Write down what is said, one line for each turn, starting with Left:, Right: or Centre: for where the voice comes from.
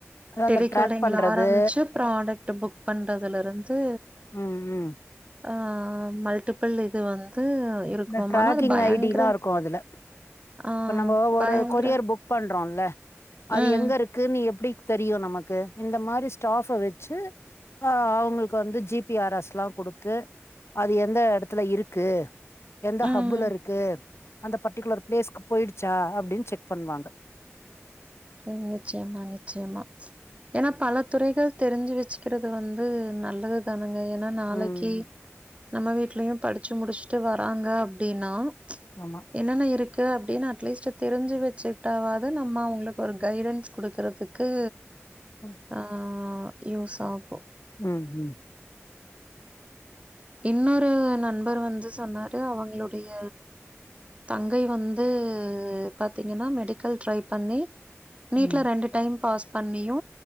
Left: அதா
Right: டெலிகாலிங்ல
Left: அந்த ட்ராக் பண்றது
Right: ஆரம்பிச்சு ப்ராடக்ட் புக் பண்றதுல இருந்து
Left: ம் ம்
Right: அ மல்டிபுள் இது வந்து இருக்குமாமா
Left: இந்த ட்ரக்கிங்
Right: ஆனா அது பயங்கர
Left: ஐடிலா இருக்கு அதுல
Right: ஆ
Left: இப்ப நம்பொ ஒரு
Right: பயங்கர
Left: கொரியர் புக் பண்றோல அது
Right: ம்
Left: எங்க இருக்கு நீ எப்டி தெரியு நமக்கு இந்த மாரி ஸ்டாஃப வச்சு ஆ அவ்ங்களுக்கு வந்து ஜிபி ஆர் எஸ் லா குடுத்து அது எந்த எடத்துல இருக்கு எந்த
Right: ம்
Left: ஹப்புல இருக்கு அந்த பர்ட்டிகுலர் பிளேஸ்க்கு போயிடுச்சா அப்டின் செக் பண்ணுவாங்க
Right: ம் நிச்சயமா நிச்சயமா ஏனா பல துறைகள் தெரிஞ்சு வெச்சுக்கிறது வந்து நல்லது தானுங்க ஏனா நாளைக்கி
Left: ம்
Right: நம்ம வீட்லயு படிச்சு முடிச்சுட்டு வராங்க அப்டினா
Left: ஆமா
Right: என்னென்ன இருக்கு அப்டின்னு அட்லீஸ்ட் தெரிஞ்சு வெச்சுகிட்டாவாவது நம்ம அவுங்களு ஒரு கைடன்ஸ் குடுக்கறதுக்கு
Left: ம்
Right: ஆ யூஸ் ஆகு
Left: ம் ம்
Right: இன்னொரு நண்பர் வந்து சொன்னாரு அவுங்களுடைய தங்கை வந்து பாத்தீங்கன்னா மெடிக்கல் ட்ரை பண்ணி நீட்ல
Left: ம்
Right: ரெண்டு டைம் பாஸ் பண்ணியு